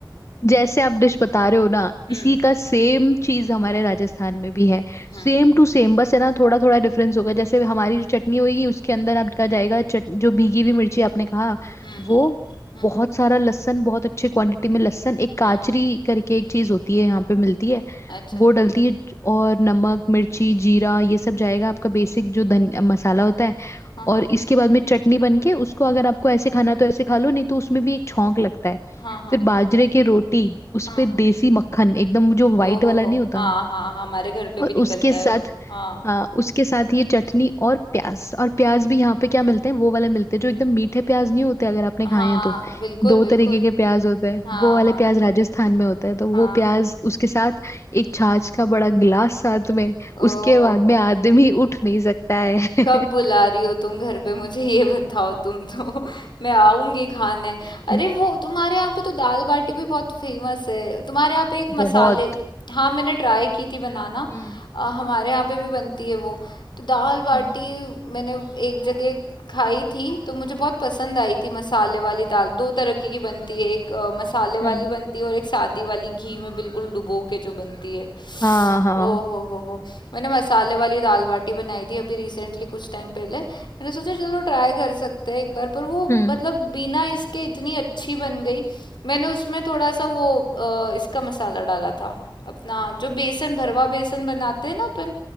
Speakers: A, on the left; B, on the left.
A: जैसे आप डिश बता रहे हो ना
B: हम्म
A: इसी का सेम चीज हमारे राजस्थान में भी है
B: हम्म
A: सेम टू सेम बस है ना थोड़ा थोड़ा डिफरेंस होगा जैसे हमारी जो चटनी होगी उसके अंदर आपका जाएगा चट, जो भीगी हुई मिर्ची आपने कहा
B: हम्म
A: वो
B: हम्म
A: बहुत
B: हम्म
A: सारा लहसुन बहुत अच्छे क्वांटिटी में लहसुन एक काचरी
B: हम्म,
A: करके एक चीज होती है यहाँ पे मिलती है
B: अच्छा
A: वो डलती है और नमक मिर्ची जीरा ये सब जाएगा आपका बेसिक जो धन मसाला होता है
B: हाँ हाँ
A: और इसके बाद में चटनी बन के उसको अगर आपको ऐसे खाना तो ऐसे खा लो नहीं तो उसमें भी एक छौंक लगता है
B: हाँ हाँ
A: फिर
B: हाँ
A: बाजरे की रोटी उस
B: हाँ
A: पे
B: हाँ
A: देसी मक्खन एकदम जो वाइट
B: ओ हो
A: वाला
B: हो
A: नहीं होता
B: हाँ हाँ हाँ, हमारे घर पे भी
A: और
B: निकलता
A: उसके साथ
B: है वो हाँ
A: आ, उसके साथ ये चटनी और प्याज और प्याज भी यहाँ पे क्या मिलते हैं वो वाले मिलते हैं जो एकदम मीठे प्याज नहीं होते अगर आपने
B: हाँ
A: खाए हैं तो
B: बिल्कुल
A: दो
B: बिल्कुल
A: तरीके के प्याज होते हैं
B: हाँ
A: वो वाले
B: हाँ
A: प्याज राजस्थान में होते हैं तो
B: हाँ
A: वो प्याज उसके साथ एक छाछ का बड़ा गिलास साथ में
B: ओहो
A: उसके बाद
B: हो हो
A: में आदमी उठ नहीं सकता है
B: कब बुला रही हो तुम घर पे मुझे ये बताओ तुम तो <laughs> मैं आऊंगी खाने
A: <laughs>
B: अरे वो तुम्हारे यहाँ पे तो दाल बाटी भी बहुत फेमस है तुम्हारे यहाँ पे एक
A: बहुत
B: मसाले हाँ मैंने ट्राई की थी बनाना
A: हम्म
B: अ, हमारे यहाँ पे भी बनती है वो तो दाल बाटी
A: हम्म
B: मैंने एक जगह खाई थी तो मुझे बहुत पसंद आई थी मसाले वाली दाल दो तरह की की बनती है एक अ, मसाले वाली
A: हम्म
B: बनती है और एक सादी वाली घी में बिल्कुल डुबो के जो बनती है
A: हाँ हाँ
B: ओ हो हो हो मैंने मसाले वाली दाल बाटी बनाई थी अभी रिसेंटली कुछ टाइम पहले मैंने सोचा चलो ट्राई कर सकते हैं एक बार पर वो
A: हम्म
B: मतलब बिना इसके इतनी अच्छी बन गई मैंने उसमें थोड़ा सा वो अ, इसका मसाला डाला था अपना जो बेसन भरवा बेसन बनाते हैं ना अपन